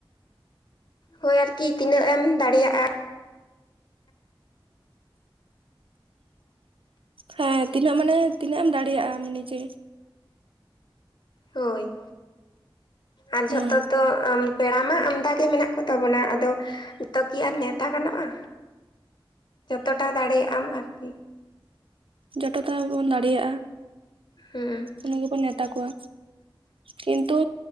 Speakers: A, on the left; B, on the right.
A: ᱦᱳᱭ ᱟᱨᱠᱤ ᱛᱤᱱᱟᱹᱜ ᱮᱢ, ᱫᱟᱲᱤᱭᱟᱜᱼᱟ᱾
B: ᱦᱮᱸ ᱛᱤᱱᱟᱹᱜ ᱢᱟᱱᱮ, ᱛᱤᱱᱟᱹᱜ ᱮᱢ ᱫᱟᱲᱮᱭᱟᱼᱟ ᱱᱤᱡᱮ᱾
A: ᱦᱳᱭ, ᱟᱨ
B: ᱦᱩᱸ
A: ᱡᱷᱚᱛᱚ ᱛᱚ ᱟᱢ ᱯᱮᱲᱟ ᱢᱟ ᱟᱢᱫᱟ ᱜᱮ ᱢᱮᱱᱟᱜ ᱠᱚᱛᱟ ᱵᱚᱱᱟ, ᱟᱫᱚ ᱡᱚᱛᱚ ᱠᱤ ᱟᱨ ᱱᱮᱣᱛᱟ ᱜᱟᱱᱚᱜᱼᱟ᱾ ᱡᱚᱛᱚᱴᱟ ᱫᱟᱲᱮᱭᱟ ᱟᱢ ᱟᱨᱠᱤ᱾
B: ᱡᱚᱛᱴᱟ ᱵᱚᱱ ᱫᱟᱲᱮᱭᱟᱼᱟ᱾
A: ᱦᱮᱸ,
B: ᱱᱤᱭᱳ ᱵᱩᱱ ᱱᱮᱣᱛᱟ ᱠᱚᱣᱟ᱾ ᱠᱤᱱᱛᱩ